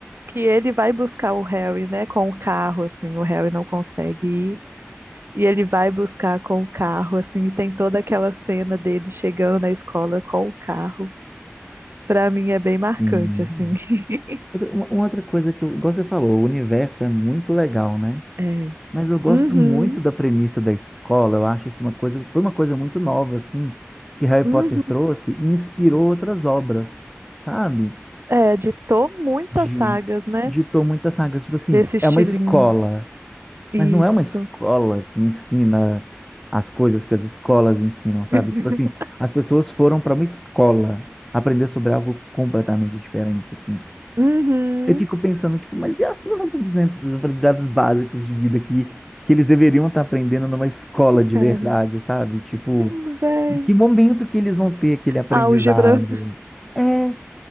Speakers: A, on the right; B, in the centre.
A: que ele vai buscar o Harry, né, com o carro, assim, o Harry não consegue ir. E ele vai buscar com o carro, assim, e tem toda aquela cena dele chegando na escola com o carro. Pra mim é bem
B: Sim.
A: marcante, assim. <laughs>
B: Outra, uma, uma outra coisa que eu. Igual você falou, o universo é muito legal, né?
A: É.
B: Mas eu gosto
A: Uhum,
B: muito da premissa da escola. Eu acho isso uma coisa. Foi uma coisa muito nova, assim, que Harry
A: uhum.
B: Potter trouxe e inspirou outras obras, sabe?
A: É, ditou muitas
B: De.
A: sagas, né,
B: Ditou muitas sagas. Tipo assim,
A: desse estilinho.
B: é uma escola.
A: Isso.
B: Mas não é uma escola que ensina as coisas que as escolas ensinam, sabe?
A: <laughs>
B: Tipo assim, as pessoas foram para uma escola aprender sobre algo completamente diferente, assim.
A: Uhum.
B: Eu fico pensando, tipo, mas e as suas aprendizados, os aprendizados básicos de vida que, que eles deveriam estar aprendendo numa escola de
A: Cara,
B: verdade, sabe? Tipo,
A: sim, véi.
B: em que momento que eles vão ter aquele aprendizado?
A: Álgebra.
B: É,